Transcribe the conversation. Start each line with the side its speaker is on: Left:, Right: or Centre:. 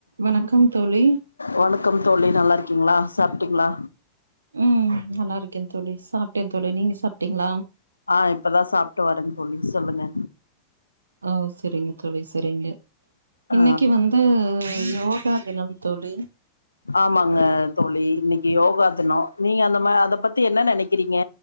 Right: வணக்கம் தோழி
Left: வணக்கம் தோழி நல்லா இருக்கீங்களா சாப்ட்டீங்களா
Right: ம் நல்லா இருக்கேன்னு தோழி சாப்ட்டேன் தோழி நீங்க சாப்ட்டீங்களா
Left: ஆ இப்பதான் சாப்ட்டு வரேன் தோழி சொல்லுங்க
Right: ஆ சரிங்க தோழி சரிங்க
Left: ஆ,
Right: இன்னைக்கு வந்து யோகா தினம் தோழி
Left: ஆமாங்க தோழி இன்னைக் யோகா தினம் நீங்க அந்த அத பத்தி என்ன நினைக்க க்கிறீங்க